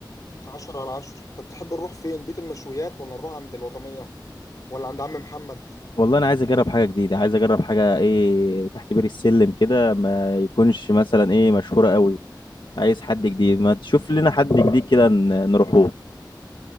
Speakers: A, on the left (about 50°); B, on the left (about 75°).
A: عشرة على عشرة طب تحب نروح فين بيت المشويات ولا نروح عند الوطنية ولا عند عم محمد
B: والله انا عايز اجرب حاجه جديده عايز اجرب حاجه ايه تحت بير السلم كده ما يكونش مثلا ايه مشهوره قوي عايز حد جديد ما تشوف لنا حد جديد كده ن- نروحوه